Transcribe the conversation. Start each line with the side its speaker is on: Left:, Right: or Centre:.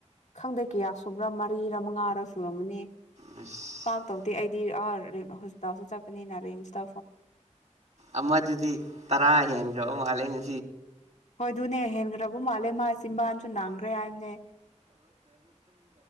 Left: ꯈꯪꯗꯦ ꯀꯌꯥ ꯁꯨꯕ꯭ꯔꯥ ꯃꯔꯤꯔ ꯃꯉꯥꯔꯥ ꯁꯨꯔꯝꯒꯅꯤ
Right: ꯑꯁ
Left: ꯄꯥꯥꯛ ꯇꯧ ꯑꯩꯗꯤ ꯑꯥꯔ ꯍꯣꯁꯄ꯭ꯤꯇꯜ ꯁꯨ ꯆꯠꯄꯥ ꯑꯩꯅꯥ ꯔꯤꯁ
Right: ꯑꯃꯗꯨꯗꯤ ꯇꯔꯥ ꯍꯦꯟꯈꯔ꯭ ꯕꯥ ꯃꯥꯂꯦꯅꯤ
Left: ꯍꯣꯏ ꯑꯗꯨꯅꯦ ꯍꯦꯟꯈ꯭ꯔꯕ ꯃꯥꯜꯂꯦ ꯃꯥ ꯆꯤꯕꯥꯟꯁꯨ ꯅꯥꯡꯈ꯭ꯔꯦ ꯍꯥꯏꯕꯅꯦ